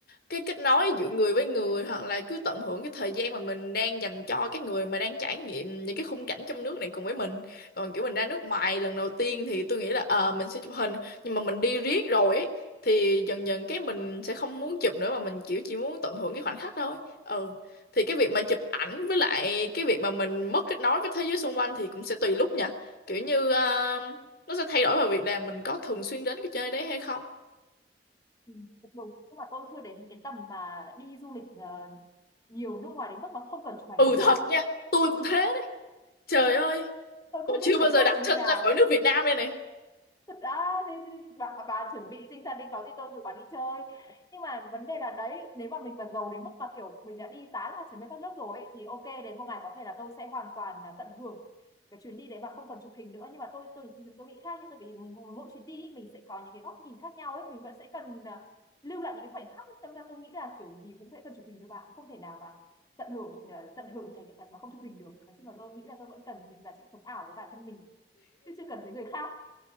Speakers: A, on the left (about 60°); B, on the left (about 20°).
A: cái kết nối giữa người với người hoặc là cứ tận hưởng cái thời gian mà mình đang dành cho cái người mà đang trải nghiệm những cái khung cảnh trong nước này cùng với mình còn kiểu mình ra nước ngoài lần đầu tiên thì tôi nghĩ là ờ mình sẽ chụp hình nhưng mà mình đi riết rồi ấy thì dần dần cái mình sẽ không muốn chụp nữa mà mình kiểu chỉ muốn tận hưởng cái khoảnh khắc thôi ừ thì cái việc mà chụp ảnh với lại cái việc mà mình mất kết nối với thế giới xung quanh thì cũng sẽ tùy lúc nha kiểu như ờ, nó sẽ thay đổi vào việc là mình có thường xuyên đến cái chơi đấy hay không
B: Ừ. Cũng đúng nhưng mà tôi chưa đến cái tầm mà đi du lịch ờ, nhiều nước ngoài đến mức mà không cần chụp ảnh
A: ừ
B: nữa bạn
A: thật nha tôi cũng thế đấy trời ơi
B: tôi
A: Tôi
B: không
A: chưa
B: biết
A: bao
B: người
A: giờ
B: khác
A: đặt
B: thì như
A: chân
B: nào
A: ra khỏi nước Việt Nam đây này.
B: thật ra thì thì bà, bà chuẩn bị tinh thần đi có thì tôi rủ bà đi chơi nhưng mà vấn đề là đấy nếu mà mình mà giàu đến mức mà kiểu mình đã đi tá là chuẩn bị các nước rồi ấy, thì ok đến một ngày có thể là tôi sẽ hoàn toàn là tận hưởng cái chuyến đi đấy mà không cần chụp hình nữa nhưng mà tôi tôi tôi nghĩ khác nhưng tôi bị mỗi mỗi chuyến đi mình sẽ có những cái góc nhìn khác nhau ấy mình vẫn sẽ cần à, lưu lại những cái khoảnh khắc ấy. Tâm ra tôi nghĩ là kiểu gì cũng sẽ cần chụp hình được bạn không thể nào mà tận hưởng à, tận hưởng trải nghiệm thật mà không chụp hình được nói chung là tôi nghĩ là tôi vẫn cần những giá trị sống ảo với bản thân mình chứ chưa cần với người khác